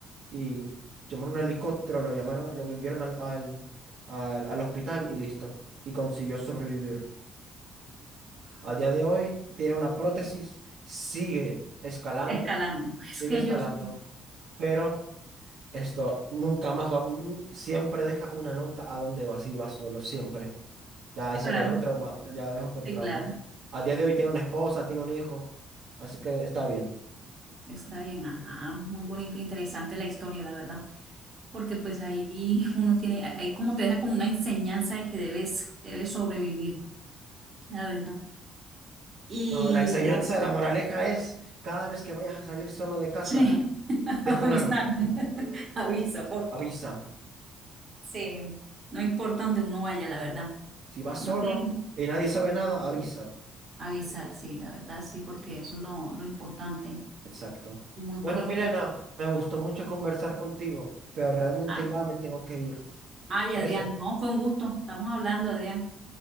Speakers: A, on the right; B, on the right.
A: y llamaron un helicóptero, lo llamaron, lo enviaron al, al, al, al hospital y listo. Y consiguió sobrevivir. A día de hoy tiene una prótesis, sigue escalando,
B: Escalando. Es
A: sigue
B: que
A: escalando,
B: ellos. sí,
A: pero esto nunca más va, nu- siempre deja una nota a dónde va, si va solo, siempre. Ya eso
B: Claro,
A: lo dejó trauma, ya lo dejó con
B: sí,
A: trauma.
B: claro,
A: A día de hoy tiene una esposa, tiene un hijo, así que está bien.
B: está bien, ajá, muy bonita e interesante la historia, la verdad, porque pues ahí uno tiene, ahí como te deja como una enseñanza de que debes, debes sobrevivir, la verdad. Y
A: No, la enseñanza de la moraleja es, cada vez que vayas a salir solo de casa,
B: sí, <laughs>
A: deja
B: avisar,
A: una nota,
B: <laughs> avisa, por
A: avisa.
B: favor. Sí, no importa donde uno vaya, la verdad.
A: Si vas
B: Uno
A: solo
B: tiene que
A: y nadie sabe nada, avisa.
B: avisar, sí, la verdad, sí, porque eso es lo, lo importante.
A: Exacto.
B: Muy bonita.
A: Bueno, Milena,
B: la-
A: me gustó mucho conversar contigo, pero realmente
B: Ah,
A: ya me tengo que ir.
B: ay,
A: ¿Parece?
B: Adrián, no, fue un gusto, estamos hablando, Adrián.